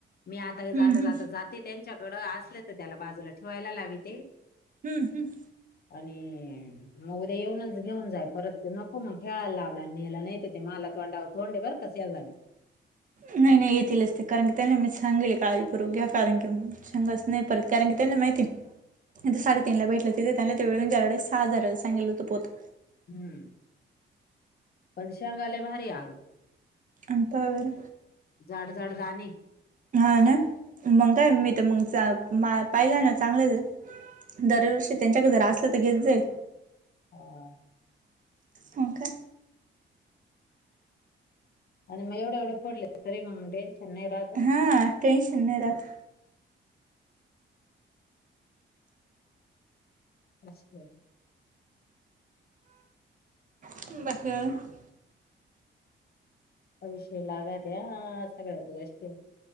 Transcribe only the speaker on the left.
मी आता जाता,
जाता, जाते. त्यांच्याकड असले तर त्याला बाजूला ठेवायला लावीते.
आणि मग उद्या येऊनच घेऊन जाय परत नको मग ठेवायला लावला आणि मी यालाह ते मला तो डा, तोंड आहे बरका त्याला बी.
हम्म. पर शेगालय भारी आग
जाड, जााड दाणे.
ह <unintelligible>
आणि म एव एवढे फोडले तरी मग टेंशन नई राहत ग.
अच्छा <unintelligible>
पैसेे लागत्यात सगळ्याच गष्टीला.